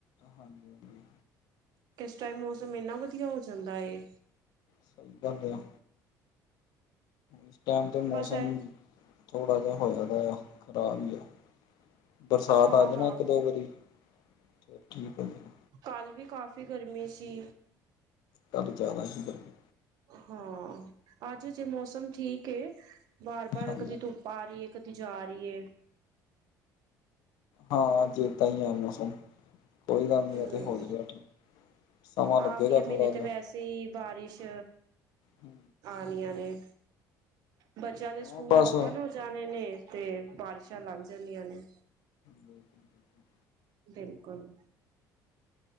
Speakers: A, on the left (about 65°); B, on the right (about 60°).
A: ਹਾਂਜੀ ਹਾਂਜੀ
B: ਕਿਸ ਟਾਈਮ ਮੌਸਮ ਇੰਨਾ ਵਧੀਆ ਹੋ ਜਾਂਦਾ ਏ।
A: ਸਹੀ ਕਹਿਦੇ ਆ, ਇਸ ਟਾਈਮ ਤੇ
B: ਬਸ
A: ਮੌਸਮ
B: ਹੈ
A: ਥੋੜਾ ਜਿਹਾ ਹੋਇਆ ਦਾ। ਖਰਾਬ ਵੀ ਆ, ਬਰਸਾਤ
B: ਹਾਂ
A: ਆ ਜਾਏ
B: ਹਾਂ
A: ਨਾ ਇੱਕ-ਦੋ ਵਾਰੀ ਫਿਰ ਠੀਕ ਹੋ ਜਾਏ।
B: ਕੱਲ੍ਹ ਵੀ ਕਾਫ਼ੀ ਗਰਮੀ ਸੀ।
A: ਕੱਲ ਜ਼ਿਆਦਾ ਸੀ ਗਰਮੀ।
B: ਹਾਂ, ਅੱਜ ਜੇ ਮੌਸਮ ਠੀਕ ਹੈ ਬਾਰ-ਬਾਰ
A: ਹਾਂਜੀ।
B: ਕਦੀ ਧੁੱਪ ਆ ਰਹੀਏ ਕਦੀ ਜਾ ਰਹੀਏ।
A: ਹਾਂ, ਏਦਾਂ ਹੀ ਹੈ ਮੌਸਮ। ਕੋਈ ਗੱਲ ਨੀ
B: ਹਮ
A: ਇਹ ਤੇ ਹੋ ਜਾਏਗਾ ਠੀਕ ਸਮਾਂ ਲੱਗੇਗਾ
B: ਅਗਲੇ ਮਹੀਨੇ
A: ਥੋੜਾ ਜਿਹਾ।
B: ਵੈਸੇ ਤੇ ਬਾਰਿਸ਼
A: ਹੂੰ।
B: ਆਣੀਆਂ ਨੇ ਬੱਚਿਆਂ ਦੇ
A: ਹਾਂ
B: ਸਕੂਲ
A: ਬਸ
B: ਓਪਨ ਹੋ ਜਾਣੇ ਨੇ, ਤੇ ਬਾਰਿਸ਼ਾਂ ਲੱਗ ਜਾਂਦੀਆਂ ਨੇ।
A: ਬਿਲਕੁਲ, ਬਿਲਕੁਲ।
B: ਬਿਲਕੁਲ